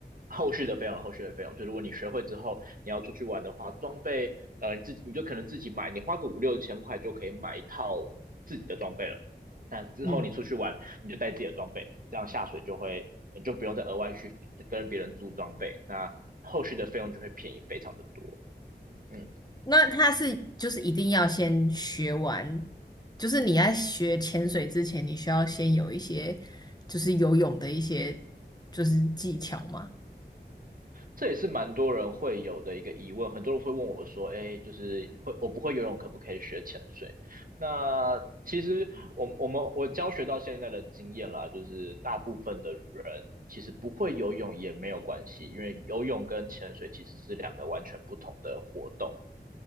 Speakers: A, on the right (about 50°); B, on the left (about 25°).
A: 后续的费用，后续的费用，就如果你学会之后，你要出去玩的话，装备，呃，你自己你就可能自己买，你花个五六千块就可以买一套自己的装备了。但之后你出去玩，
B: 嗯。
A: 你就带自己的装备，这样下水就会，你就不用再额外去跟别人租装备，那后续的费用就会便宜非常的多。嗯。
B: 那他是就是一定要先学完，就是你在学潜水之前，你需要先有一些就是游泳的一些就是技巧吗？
A: 这也是蛮多人会有的一个疑问，很多人会问我说：“哎，就是会我不会游泳，可不可以学潜水？”那其实我我们我教学到现在的经验啦，就是大部分的人其实不会游泳也没有关系，因为游泳跟潜水其实是两个完全不同的活动。